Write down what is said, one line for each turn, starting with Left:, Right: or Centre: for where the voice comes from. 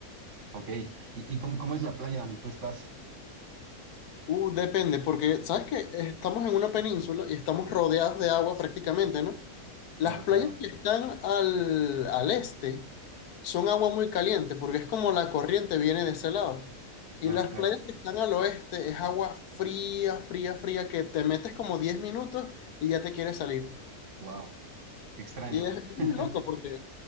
Right: Ok, ¿y, y cómo, cómo es la playa donde tú estás?
Left: Uh, depende, porque sabes que estamos en una península y estamos rodeados de agua prácticamente, ¿no? Las
Right: Claro,
Left: playas
Right: claro,
Left: que están al, al este son agua muy caliente, porque es como la corriente viene de ese lado.
Right: claro,
Left: Y las
Right: claro.
Left: playas que están al oeste es agua fría, fría, fría, que te metes como 10 minutos y ya te quieres salir.
Right: Wow, qué extraño.
Left: Y es, es
Right: <laughs>
Left: muy loco porque